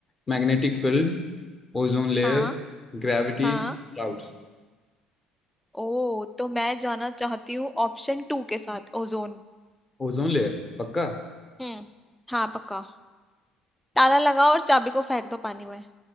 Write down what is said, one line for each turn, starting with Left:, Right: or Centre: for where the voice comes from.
Left: Magnetic field ozone layer
Centre: हाँ
Left: gravity
Centre: हाँ
Left: clouds
Centre: ओ तो मैं जाना चाहती हूँ ऑप्शन टू के साथ ओजोन
Left: Ozone layer पक्का
Centre: हम्म हाँ पक्का ताला लगाओ और चाबी को फेंक दो पानी में